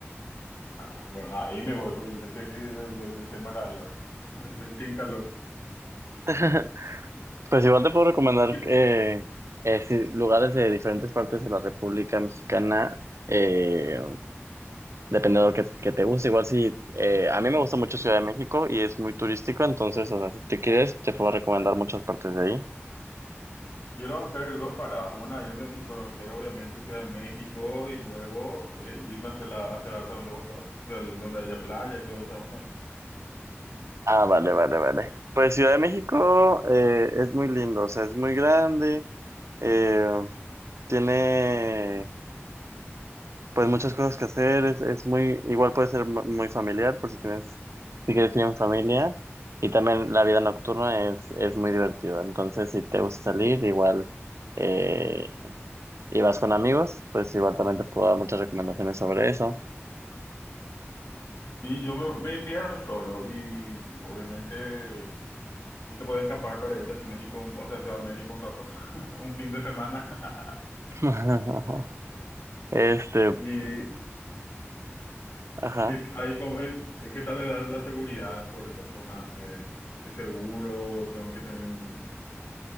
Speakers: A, on the left (about 75°); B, on the right (about 75°).
A: Ah, bueno, ahí me voy porque yo estoy del, del- del tema calor, <laughs> del team calor.
B: <laughs> Pues igual te puedo recomendar
A: ¿Y qué,
B: eh, eh, sí, lugares de diferentes partes de la República Mexicana. eh, dependiendo de lo que, que te guste. Igual si eh, a mí me gusta mucho Ciudad de México y es muy turístico, entonces, o sea, si te quieres, te puedo recomendar muchas partes de ahí.
A: Quiero hacer dos paradas, una irme y conocer obviamente Ciudad de México y luego eh, irme hacia la, hacia, hacia donde vos estás, hacia el- donde haya playa y toda esa onda.
B: Ah, vale, vale, vale. Pues Ciudad de México eh, es muy lindo, o sea, es muy grande, eh, tiene pues muchas cosas que hacer, es, es muy, igual puede ser mu- muy familiar por si tienes, si quieres ir en familia. Y también la vida nocturna es, es muy divertida, entonces si te gusta salir, igual. eh, y vas con amigos, pues igual también te puedo dar muchas recomendaciones sobre eso.
A: sí yo me, me iría solo y, y obviamente no te puedes escapar para irte a México, o sea, a Ciudad de México un rato, <laughs> un fin de semana. <laughs>
B: <laughs> Este,
A: Y
B: ajá.
A: que hay como es, ¿qué tal le das la seguridad por esa zona? Eh, ¿es seguro? Tengo que tener, no